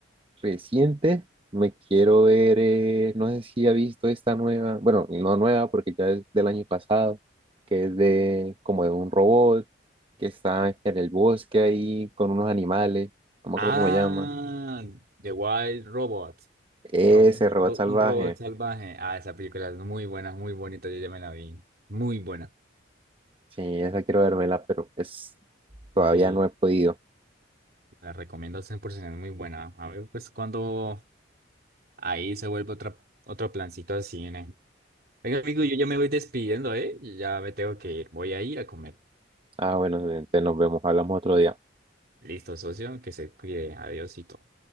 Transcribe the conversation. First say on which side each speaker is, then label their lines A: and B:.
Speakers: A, on the right; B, on the right.
A: reciente, me quiero ver, eh, no sé si ha visto esta nueva, bueno, no nueva porque ya es del año pasado, que es de como de un robot que está en el bosque ahí con unos animales, no me
B: Ah,
A: acuerdo cómo se llama.
B: The Wild Robot.
A: Ese
B: Ro-
A: robot
B: ro-
A: salvaje,
B: un robot salvaje. Ah, esa película es muy buena, muy bonita. Yo ya me la vi. Muy buena.
A: sí, esa quiero vérmela pero es, todavía
B: Sí,
A: no he podido.
B: la recomiendo al 100%, es muy buena. A ver, pues cuando ahí se vuelve otra, otro plancito al cine. Venga, amigo, yo ya me voy despidiendo, ¿eh? Ya me tengo que ir. Voy a ir a comer.
A: Ah, bueno, entonces nos vemos, hablamos otro día.
B: Listo, socio, que se cuide. Adiósito.